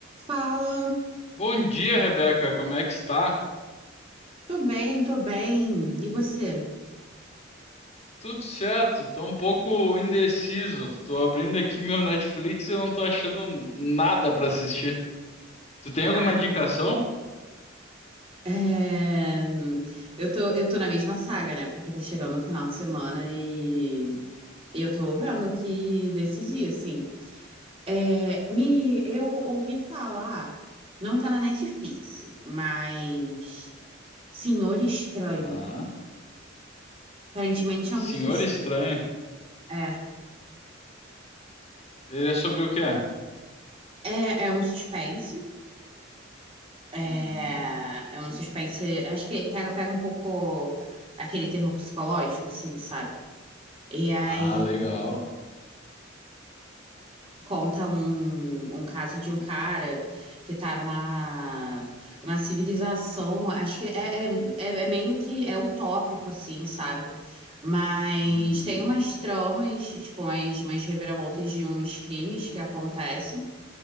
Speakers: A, on the right; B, on the left.
A: Fala,
B: Bom dia, Rebeca. Como é que está?
A: tô bem, tô bem. E você?
B: Tudo certo. Tô um pouco indeciso. Tô abrindo aqui meu Netflix e eu não tô achando nada para assistir. Tu tem alguma
A: Cara,
B: indicação?
A: é, eu tô, eu tô na mesma saga, né? Porque tá chegando o final de semana e, e eu tô vendo aqui decidir, assim. É, me, eu ouvi falar, não tá na Netflix, mas Senhor Estranho.
B: Tá.
A: Aparentemente é
B: Senhor
A: um sus...
B: Estranho.
A: é,
B: Ele é sobre o quê?
A: é, é um suspense. É,
B: Uhum.
A: é um suspense. Acho que pega, pega um pouco aquele terror psicológico, assim, sabe? E aí
B: Ah, legal.
A: conta um, um caso de um cara que tá numa uma civilização, acho que é, é, é é meio que é utópico, assim, sabe? Mas
B: Uhum.
A: tem umas tramas, tipo, umas, umas reviravoltas de uns crimes que acontecem.